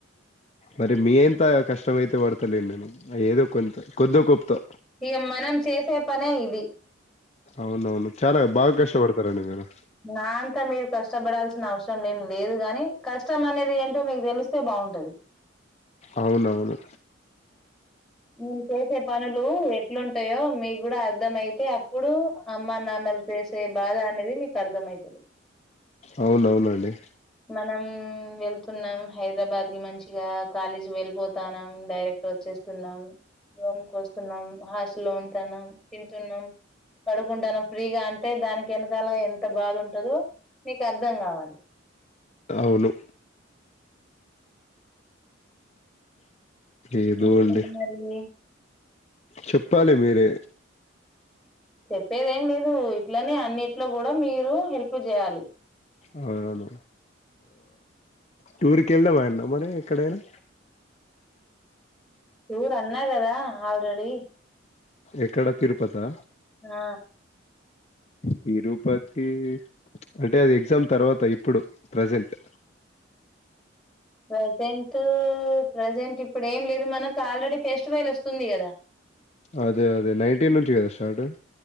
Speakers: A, on the left (about 35°); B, in the centre.
A: మరి మీ అంత కష్టమయితే పడ్తలేను నేను ఏదో కొంత కొద్దో గొప్తో
B: ఇగ మనం చేసే పనే ఇది.
A: అవునవును చాలా బాగా కష్టపడతరండి మీరు
B: నా అంతా మీరు కష్టపడాల్సిన అవసరం ఏం లేదు గాని కష్టం అనేది ఏంటో మీకు తెలిస్తే బాగుంటది.
A: అవునవును.
B: మేము చేసే పనులు ఎట్లుంటయో మీకు కూడా అర్థం అయితే అప్పుడు అమ్మ, నాన్నలు చేసే బాధ అనేది మీకు అర్థమవుతుంది.
A: అవునవునండి.
B: మనం వెళ్తున్నాం హైదరాబాద్కి మంచిగా కాలేజ్ వెళ్ళిపోతన్నాం డైరెక్ట్ వచ్చేస్ స్తున్నాం. రూమ్కి వస్తున్నాం హాస్టల్లో ఉంటాన్నాం, తింటున్నాం, పడుకుంటానం ఫ్రీగా అంటే దానికి ఎనకాల ఎంత బాధ ఉంటందో నీకు అర్ధం కావాలె
A: అవును. ఏదో
B: ఇంకేంటి
A: అండి
B: మరీ
A: చెప్పాలి మీరే
B: చెప్పేది ఏం లేదు ఇట్లనే అన్నిట్లో కూడా మీరు హెల్ప్ చేయాలి.
A: ఆ అవును టూర్కి కెళ్దామన్నా మరి ఎక్కడైనా
B: టూర్ అన్నా కదా ఆల్రెడీ
A: ఎక్కడ తిరుపతా
B: ఆ
A: తిరుపతి అంటే అది ఎగ్జామ్ తర్వాత ఇప్పుడు ప్రజెంట్
B: ప్రజెంట్ ప్రజెంట్ ఇప్పుడు ఏం లేదు మనక్ ఆల్రెడీ ఫెస్టివెల్ వస్తుంది కదా
A: అదే అదే నైన్టీన్ నుంచి కదా స్టార్ట్